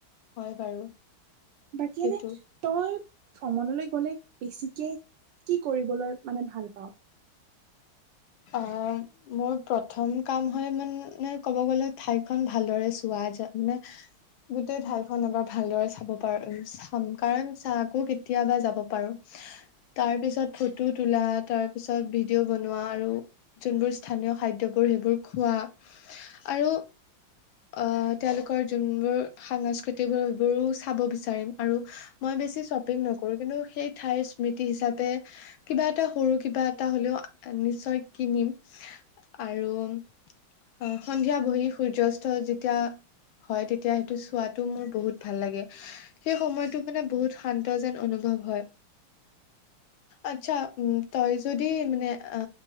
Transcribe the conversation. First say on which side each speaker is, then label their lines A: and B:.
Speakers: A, on the left; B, on the right.
A: হয় বাৰু।
B: বাকী
A: সেইটো
B: এনে তই ভ্ৰমণলৈ গ'লে বেছিকে কি কৰিবলৈ মানে ভাল পাওঁ?
A: অ' মোৰ প্ৰথম কাম হয় মানে ক'ব গলে ঠাই খন ভালদৰে চোৱা য'ত মানে গোটেই ঠাইখন এবাৰ ভালদৰে চাব পাৰো, চাম কাৰণ চা আকৌ কেতিয়াবা যাব পাৰো। তাৰ পিছত ফটো তোলা, তাৰ পিছত ভিডিঅ' বনোৱা আৰু যোনবোৰ স্থানীয় খাদ্যবোৰ সেইবোৰ খোৱা। আৰু আহ, তেওঁলোকৰ যোনবোৰ সাংস্কৃতি বোৰো চাব বিচাৰি চিম আৰু মই বেছি শ্বপিং নকৰো, কিন্তু সেই ঠাই স্মৃতি হিচাপে কিবা এটা সৰু-কিবা এটা হ'লেও নিশ্চয় কিনিম। আৰু অ' সন্ধিয়া বহি সূৰ্য যেতিয়া হয়, তেতিয়া সেইটো চোৱাটো মোৰ বহুত ভাল লাগে। সেই সময়টো মানে বহুত শান্ত যেন অনুভৱ হয়। আচ্ছা, উম' তই যদি মানে অ